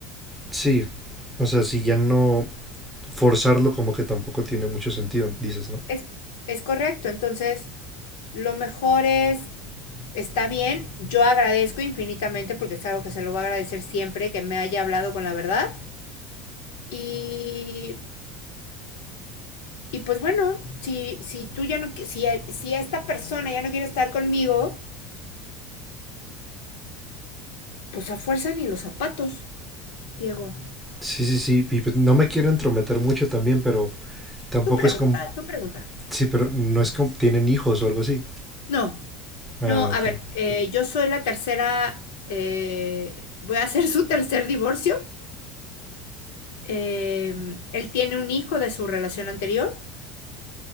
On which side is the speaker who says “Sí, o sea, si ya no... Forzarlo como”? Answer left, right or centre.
Centre